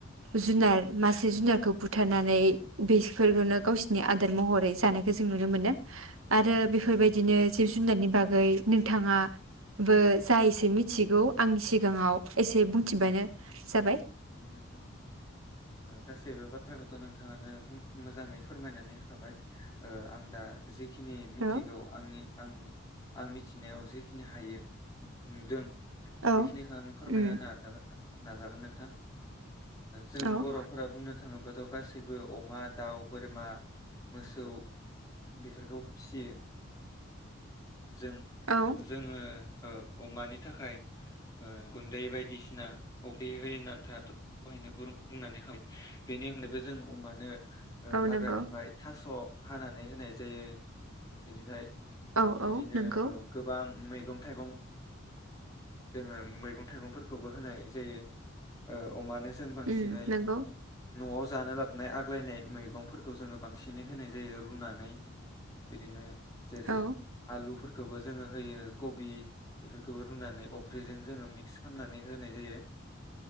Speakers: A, on the right; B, on the left.
A: जुनार मासे जुनारखौ बुथारनानै बेफोरखौनो गावसोरनि आदार महरै जानायखौ जों नुनो मोनो। आरो बेफोरबायदिनो जिब जुनारनि बागै नोंथाङाबो जाय मिथिगौ आंनि सिगाङाव एसे जे बुंथिबानो जाबाय।
B: नोंथां गासैबो बाथ्राखौथ' नोंथाङानो मोजाङै फोरमायनानै होखाबाय आं दा जि बेखिनि मिथिगौ
A: औ
B: आंनि आं आं मिथिनायाव जेखिनि हायो नुदों।
A: औ
B: बेखिनिखौ आङो फोरमायना
A: उम
B: होनो नाजागोन। नाजागोन नोंथां। जों
A: औ
B: बर'फोरा बुंनो थाङोबाथ' गासैबो अमा, दाउ, बोरमा, मोसौ बेफोरखौ फिसियो। जों
A: औ
B: जोङो अमानि थाखाय गुन्दै बायदिसिना अफ्रि होयो होननानै दहायनो बुंखाबाय बेनि अनगायबो जों अमानो
A: औ
B: हाग्रानिफ्राय
A: नंगौ
B: थास' हानानै होनाय जायो बेनिफ्राय
A: औ
B: बिदिनो
A: औ नंगौ
B: औ गोबां मै गं-थाइगं जोङो मैगं-थाइगंफोरखौबो होनाय जायो औ अमानो जों बांसिनै
A: उम नंगौ
B: न'आव जानो लाबनाय आग्लायनाय मैगंफोरखौ जोङो बांसिनै होनाय जायो रुनानै बिदिनो जेरै
A: औ
B: लुफोरखौबो जोङो होयो कबि बेफोरखौबो रुनानै अफ्रिजों जोङो मिक्स खालामनानै होनाय जायो।